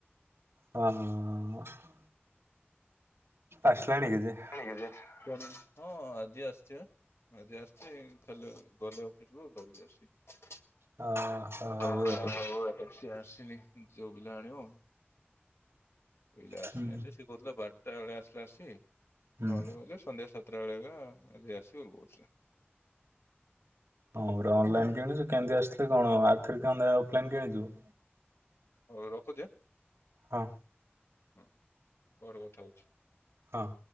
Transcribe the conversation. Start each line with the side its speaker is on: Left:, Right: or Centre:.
Right: ଅ ହଁ ଅଁ ଆସିଲାଣି କି ଯେ।
Left: ହଁ ଆଜି ଆସିଚି ବା। ଆଜି ଆସିଚି ଖାଲି ଗଲେ ଅଫିସକୁୁ ଧରିକି ଆସିବି।
Right: ଅ ହଉ
Left: ଆଉ
Right: ଆରେ
Left: ଏ ସି ଆସିନି ଯଉପିଲା ଆଣିବ ପିଲା ଆସିନାଁହାନ୍ତି
Right: ହୁଁ
Left: ସେ କହୁଥିଲା ବାରଟା ବେଳେ ଆସିଲା ଏସିକି
Right: ହୁଁ।
Left: ନହେଲେ କହୁଥିଲେ ସନ୍ଧ୍ୟା ସାତ ସାତ ଟା ବେଳ ହେଲା ଆଜି ଆସିବ କହୁଥିଲା।
Right: ହଁ ପୁରା ଅନଲାଇନ୍ କିଣିଚୁ କେନ୍ତି ଆସିଲେ କଣ ଆଉ ଥରେ କେଣ ଲାଗି ଅଫଲାଇନ୍ କିଣିଯିବୁ।
Left: ହଉ ରଖୁଚି ଆଁ।
Right: ହଁ।
Left: ହୁଁ ପରେ କଥା ହଉଚି।
Right: ହଁ।